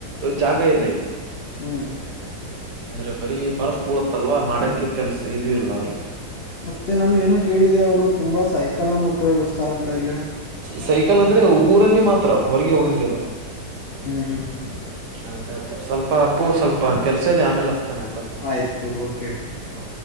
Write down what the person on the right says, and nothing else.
ಜಾಗ ಇಲ್ಲ ಇಲ್ಲಿ
ಅಂದ್ರ ಬರೀ ಬರ್ಪ ಬೀಳತ್ತ ಅಲ್ವಾ ಮಾಡಕ್ಕೆ ಕೆಲ್ಸ ಇದೂ ಇಲ್ಲ ಅವ್ರಿಗೆ
ಸೈಕಲ್ ಅಂದ್ರೆ ಊರಲ್ಲಿ ಮಾತ್ರ ಹೊರಗೆ ಹೋಗಂಗಲ್ಲ.
ಆಯ್ತಾಯ್ತು ಸ್ವಲ್ಪ ಅಪ್ಪು ಸ್ವಲ್ಪ ಕೆಲ್ಸ ಇದೆ ಆಮೇಲ ಹಚ್ಚತಿನಿ ಆಯ್ತಾ.
ಹ